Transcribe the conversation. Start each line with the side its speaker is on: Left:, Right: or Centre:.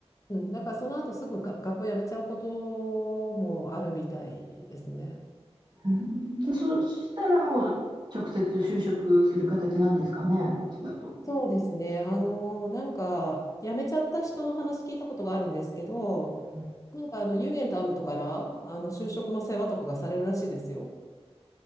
Left: うん、だからその後すぐが学校辞めちゃうこともあるみたいですね。
Right: うん、で、そしたらもう直接就職する形なんですかね、こっちだと。
Left: そうですね。あの、なんか、辞めちゃった人の話聞いたことがあるんですけど、
Right: う
Left: なんか、あの、ユーゲンとアムトから、あの、就職の世話とかがされるらしいですよ。